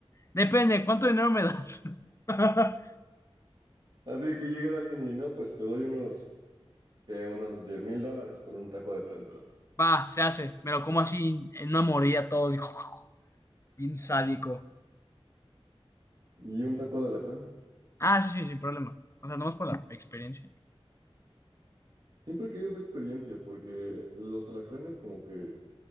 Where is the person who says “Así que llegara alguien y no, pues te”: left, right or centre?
Right